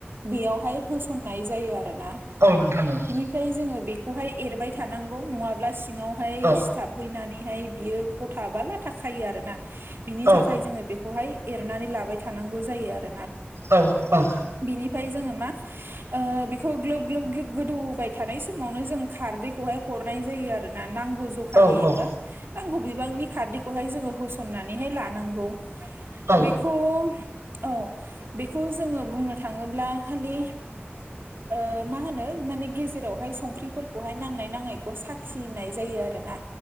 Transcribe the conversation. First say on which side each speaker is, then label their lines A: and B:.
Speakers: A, on the right; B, on the right.
A: बेयावहाय होसननाय जायो आरोना
B: औ नोंथां औ
A: ओमफ्राय जोङो बेखौहाय एरबाय थानांगौ नङाब्ला सिङावहाय
B: औ
A: सिथाबहैनानैहाय बियो गथा बा लाथा खायो आरोना बिनि
B: औ
A: थाखाय जोङो बेखौहाय एरनानै लाबाय थानांगौ जायो आरोना
B: औ औ
A: बिनिफ्राय जोङो मा बेखौ ग्लोब ग्लोब गोदौबाय थानाय समावनो जों खारदैखौहाय हरनाय जायो आरोना नांगौ ज- खानि
B: औ नोंथां
A: एबा नांगौ बिबांनि खारदैखौहाय जोङो होसननानैहाय लानांगौ
B: औ
A: बेखौ औ बेखौ जोङो बुंनो थाङोब्ला खालि ओ मा होनो माने गेजेरावहाय संख्रिफोरखौहाय नांनाय नाङैखौ साखिनाय जायो आरो ना